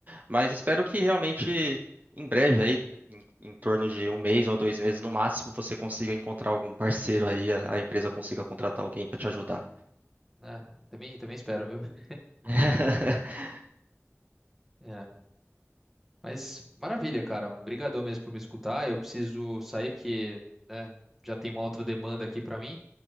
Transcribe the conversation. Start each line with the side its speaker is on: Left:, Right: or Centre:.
Right: Mas espero que realmente em breve aí, em, em torno de um mês ou dois meses no máximo, você consiga encontrar algum parceiro aí, a, a empresa consiga contratar alguém para te ajudar.
Centre: né? Também, também espero, viu?
Right: <laughs>
Centre: É. Mas maravilha, cara. Obrigadão mesmo por me escutar. Eu preciso sair porque, né, já tem uma outra demanda aqui pra mim